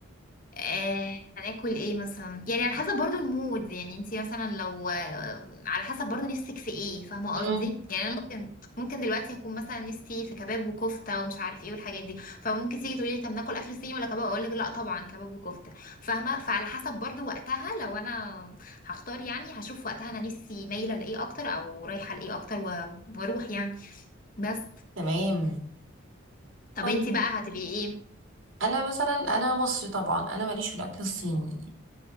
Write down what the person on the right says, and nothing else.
مم.
تمام
طيب
انا مثلا انا مصري طبعا انا ماليش في الاكل الصيني